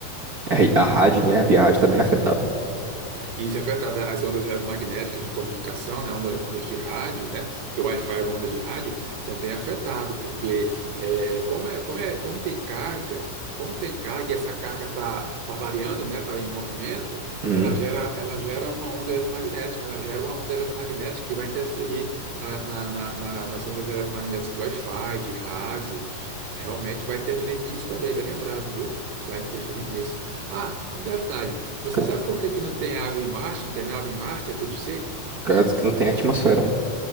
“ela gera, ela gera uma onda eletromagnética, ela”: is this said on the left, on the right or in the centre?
Right